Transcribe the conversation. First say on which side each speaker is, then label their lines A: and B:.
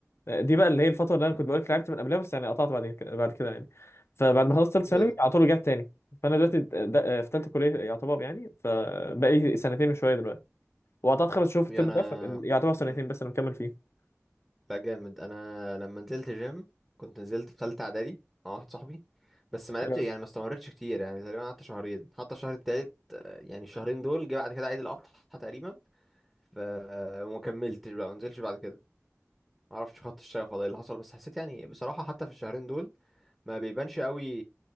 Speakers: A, on the left (about 55°); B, in the centre.
A: آه، دي بقى اللي هي الفتره اللي انا
B: امم
A: كنت بقول لك لعبت من قبلها بس يعني قطعت بعد كده بعد كده يعني فبعد ما خلصت ثالث ثانوي
B: جامد
A: على طول رجعت تاني فانا دلوقتي د- د- في ثالثه كليه يعتبر يعني فبقى لي سنتين وشويه دلوقتي وقطعت خمس شهور في
B: يعني
A: الترم ده
B: انا
A: فب- يعتبر سنتين
B: امم
A: بس انا مكمل فيه
B: لا جامد انا لما نزلت جيم كنت نزلت في ثالثه اعدادي مع واحد صاحبي بس ما لعبتش
A: حلو أوي.
B: يعني ما استمرتش كتير يعني تقريبا قعدت شهرين حتى الشهر التالت آه، يعني الشهرين دول جه بعد كده عيد الاضحى تقريبا ف آه، وما كملتش بقى ما نزلتش بعد كده ما اعرفش خط الشغف ولا ايه اللي حصل بس حسيت يعني بصراحه حتى في الشهرين دول ما بيبانش قوي